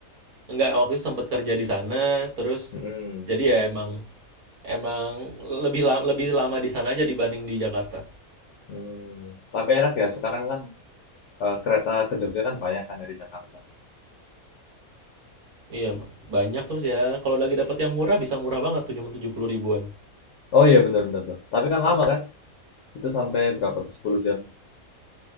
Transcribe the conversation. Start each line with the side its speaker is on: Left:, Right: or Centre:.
Right: Enggak, waktu itu sempat kerja di sana, terus
Left: mm
Right: jadi ya emang emang lebih lama, lebih lama di sana aja dibanding di Jakarta.
Left: Hmm, tapi enak ya sekarang kan eh, kereta ke Jogja kan banyak kan dari Jakarta.
Right: Iya, banyak terus ya. Kalau lagi dapat yang murah bisa murah banget, cuma 70 ribuan.
Left: Oh iya bener-bener tuh. Tapi kan lama kan? Itu sampai berapa tuh 10 jam?